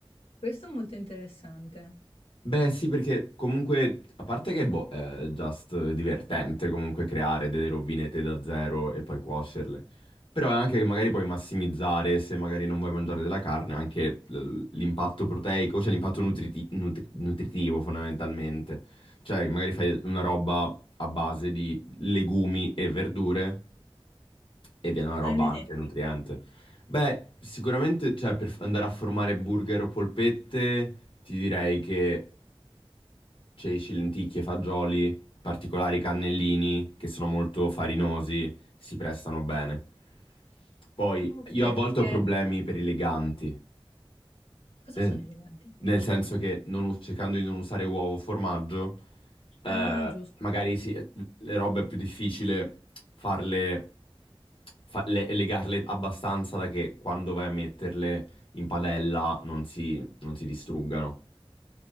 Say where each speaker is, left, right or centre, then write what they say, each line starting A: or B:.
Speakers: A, on the left; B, on the left.
A: Questo è molto interessante.
B: Beh, sì, perché comunque, a parte che boh, è just divertente comunque creare delle robinette da zero e poi cuocerle. Però è anche che magari puoi massimizzare, se magari non vuoi mangiare della carne, anche l- l'impatto proteico, cioè l'impatto nutriti- nutri- nutritivo fondamentalmente. Cioè, magari fai una roba a base di legumi e verdure e viene una roba
A: Hai un
B: anche
A: esempio?
B: nutriente. Beh, sicuramente, cioè, per andare a formare burger o polpette, ti direi che ceci, lenticchie, fagioli, particolari cannellini che sono molto farinosi, si prestano bene. Poi
A: Okay,
B: io a volte
A: perché
B: ho problemi per i leganti,
A: cosa
B: eh,
A: sono eleganti?
B: nel senso che non us- cercando di non usare uovo o formaggio, eh,
A: Ah, giusto.
B: magari sì, le robe è più difficile farle, fa- le- legarle abbastanza da che quando vai a metterle in padella non si, non si distruggano.